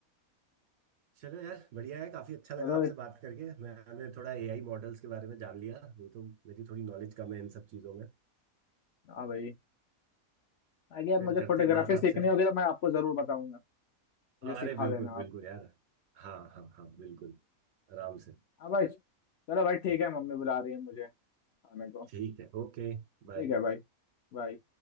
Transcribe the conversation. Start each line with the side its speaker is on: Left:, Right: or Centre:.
Right: चलो यार बढ़िया है काफी अच्छा लगा
Left: चलो
Right: आपसे बात करके मैंने थोड़ा एआई मॉडल्स के बारे में जान लिया नहीं तो मेरी थोड़ी नॉलेज कम है इन सब चीजों में
Left: हाँ भाई आगे यार
Right: फिर
Left: मुझे
Right: करते
Left: फोटोग्राफी
Right: हैं बात आपसे
Left: सीखनी होगी तो मैं आपको जरूर बताऊंगा मुझे
Right: अरे
Left: सिखा
Right: बिल्कुल
Left: देना
Right: बिल्कुल
Left: आप
Right: यार हाँ हाँ हाँ बिल्कुल आराम से
Left: हाँ भाई चलो भाई
Right: ठीक
Left: ठीक है मम्मी बुला रही है मुझे खाने को
Right: ठीक है ओके बाय
Left: ठीक है भाई बाय